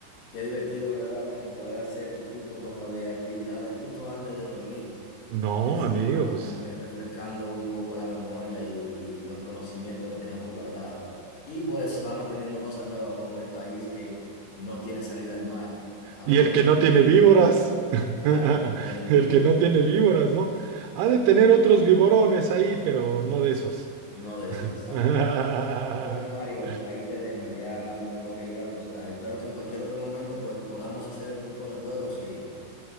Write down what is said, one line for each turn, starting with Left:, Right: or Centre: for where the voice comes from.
Left: Qué divertido verdaderamente poder hacer este tipo como de actividades justo antes de dormir.
Right: No,
Left: Y así
Right: amigo,
Left: vamos
Right: pues.
Left: como que refrescando un poco la memoria y, y los conocimientos que teníamos guardados. Y pues se van aprendiendo cosas nuevas como el país que no tiene salida al mar, además
Right: Y el que
Left: de Bolivia.
Right: no tiene víboras, <laughs>
Left: Claro, el que no tiene víbora.
Right: el que no tiene víboras, ¿no? Ha de tener otros viborones ahí, pero no de esos.
Left: No de esos, exacto.
Right: <laughs>
Left: Bueno, Mario, ahí te dejo, ya me tengo que ir a acostar. Espero que en cualquier otro momento pues podamos hacer este tipo de juegos y